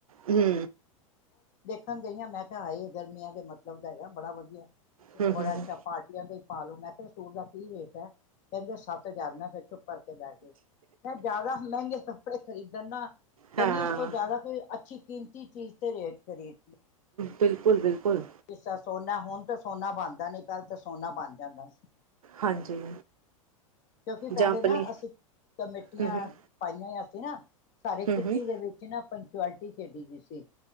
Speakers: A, on the right (about 85°); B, on the left (about 45°).
A: ਹੂੰ।
B: ਵੇਖਣ ਗਈ ਆਂ ਮੈਂ ਕਿਹਾ, ਹਾਏ ਗਰਮੀਆਂ ਦੇ ਮਤਲਬ ਦਾ ਹੈਗਾ ਬੜਾ ਵਧੀਆ
A: ਹੂੰ ਹੂੰ
B: ਬੜਾ ਅੱਛਾ
A: ਹੂੰ
B: ਪਾਰਟੀਆਂ ਦੇ ਪਾਲੋ ਮੈਂ ਕਿਹਾ ਸੂਟ ਦਾ ਕੀ ਰੇਟ ਹੈ, ਕਹਿੰਦੇ ਸੱਤ ਹਜ਼ਾਰ ਮੈਂ ਫੇਰ ਚੁੱਪ ਕਰ ਕੇ ਬਹਿ ਗਈ, ਮੈਂ ਜ਼ਿਆਦਾ ਮਹਿੰਗੇ ਕੱਪੜੇ ਖਰੀਦਣ ਨਾਲ ਕਹਿੰਦੀ
A: ਹਾਂ
B: ਇਸ ਤੋਂ ਜ਼ਿਆਦਾ ਕੋਈ ਅੱਛੀ ਕੀਮਤ ਤੀ ਚੀਜ਼ ਤੇ ਰੇਟ ਕਰੀ
A: ਬਿਲਕੁਲ, ਬਿਲਕੁਲ।
B: ਤਰ੍ਹਾਂ ਸੋਨਾ ਹੁਣ ਤਾਂ ਸੋਨਾ ਬਣਦਾ ਨੀ, ਪਹਿਲਾ ਤਾਂ ਸੋਨਾ ਬਣ ਜਾਂਦਾ ਸੀ।
A: ਹਾਂਜੀ
B: ਕਿਉਂਕਿ ਪਹਿਲੇ
A: ਜਾਂ ਆਪਣੀ
B: ਨਾ ਅਸੀਂ ਕਮੇਟੀਆਂ
A: ਹੂੰ ਹੂੰ
B: ਪਾਈਆਂ ਆ। ਤੇ ਨਾ ਸਾਰੇ
A: ਹੂੰ ਹੂੰ
B: ਦੇ ਵਿੱਚ ਨਾ ਪੰਚੁਆਲਿਟੀ ਖੇਡੀ ਗਈ ਸੀ।